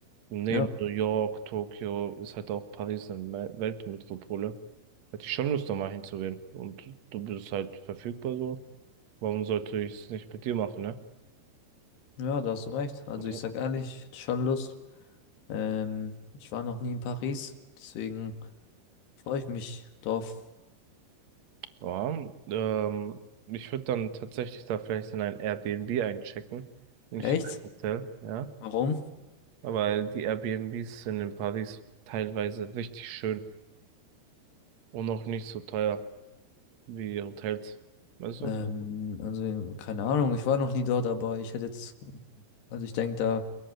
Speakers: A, on the right; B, on the left.
A: Neben
B: Ja,
A: New York, Tokio ist halt auch Paris eine Me- Weltmetropole. Hätte ich schon Lust, da mal hinzugehen. Und du bist halt verfügbar so. Warum sollte ich es nicht mit dir machen, ne?
B: ja, da hast du recht. Also
A: Mhm.
B: ich sag ehrlich, ich hätte schon Lust. Ähm, ich war noch nie in Paris, deswegen freue ich mich drauf.
A: Ja, ähm, ich würde dann tatsächlich da vielleicht in ein Airbnb einchecken, nicht
B: Echt?
A: in ein Hotel, ja.
B: Warum?
A: Aber die Airbnbs sind in Paris teilweise richtig schön und auch nicht so teuer. wie Hotels. Weißt du?
B: Ähm, also keine Ahnung, ich war noch nie dort, aber ich hätte jetzt, also ich denke da,